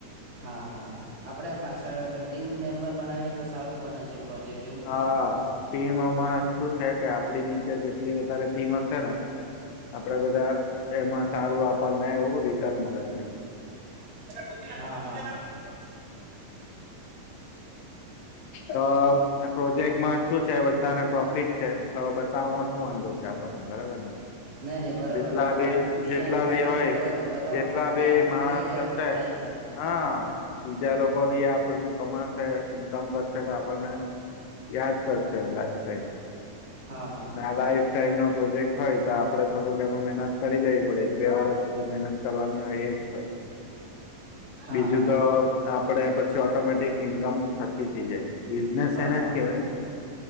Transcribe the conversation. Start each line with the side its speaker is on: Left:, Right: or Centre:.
Right: હા હા આપડે પાછળ ટીમ મેમ્બર બનાવીએ તો સારું બને છે પ્રોજેક્ટ એવું
Left: હા ટીમમાં શું છે કે આપડી નીચે જેટલી વધારે ટીમ હશે ને આપડે બધા એમાં સારું આપણને એવું રિટર્ન મળે છે
Right: <inaudible>
Left: તો આ પ્રોજેક્ટમાં શું છે બધાને પ્રોફિટ છે તો બતાવમાં શું વાંધો પડ ને બરાબર ને
Right: નઈ નઈ બરોબર
Left: જેટલા
Right: તો આમાં
Left: બી
Right: બીજાનો
Left: જેટલા
Right: ફાયદો
Left: બી હોય
Right: થતો તો બતાવો
Left: જેટલા
Right: એટલે
Left: બી
Right: આપડું
Left: માણસ હશે
Right: લાઈન ચાલે
Left: હા બીજા લોકો બી આપ કમાસે ક કરશે તો આપણને યાદ કરશે લાઈ
Right: હા હા
Left: આ લાઈફ ટાઈમ નો પ્રોજેક્ટ હોય તો આપડે થોડુંક એમાં મહેનત કરી લેવી પડે એક બે વર્ષ મહેનત કરવાની હોય એ
Right: હા
Left: બીજું
Right: હા
Left: તો આપણે પછી ઓટોમેટિક ઈન્કમ થતી થઈ જાય બિઝનેસ
Right: હા
Left: એને
Right: હા
Left: જ કેવાય